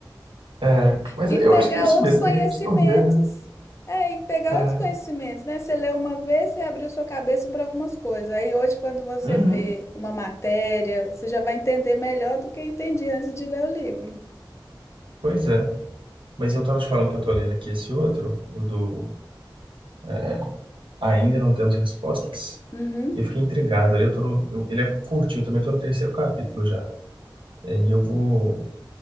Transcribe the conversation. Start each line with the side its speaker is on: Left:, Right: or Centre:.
Right: É, mas
Left: E
Right: eu
Left: pegar
Right: acho que é isso
Left: outros
Right: mesmo,
Left: conhecimentos.
Right: tem que absorver, né?
Left: É, e pegar
Right: É.
Left: outros conhecimentos, né? Você leu uma vez, você abriu sua cabeça para algumas coisas. Aí hoje, quando você
Right: Uhum,
Left: vê uma matéria, você já vai entender melhor do que entendia antes de ler o livro.
Right: pois é. Mas eu tava te falando que eu tô lendo aqui esse outro, o do é, Ainda Não Temos Respostas,
Left: Uhum.
Right: e eu fiquei intrigado ali. Eu tô no, eu- ele é curtinho também, eu tô no terceiro capítulo já. É, e eu vou,